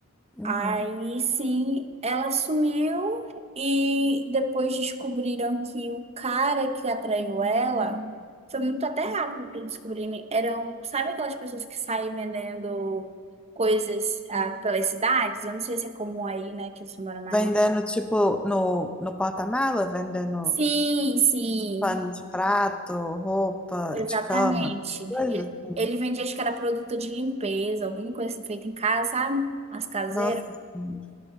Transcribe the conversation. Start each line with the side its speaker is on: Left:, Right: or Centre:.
Centre: Uhum.
Right: Aí sim, ela sumiu e depois descobriram que o cara que atraiu ela foi muito até rápido para descobrirem. Eram, sabe aquelas pessoas que saem vendendo coisas ah, pelas cidades? Eu não sei se é comum aí, né, que você mora mais
Centre: Vendendo,
Right: não?
Centre: tipo, no, no porta-mala, vendendo
Right: Sim, sim,
Centre: pano de prato, roupa
Right: exatamente.
Centre: de cama, coisa
Right: Ele,
Centre: assim.
Right: ele vendia, acho que era produto de limpeza, alguma coisa assim, feita em casa, sabe? As caseiras.
Centre: Nossa Senhora.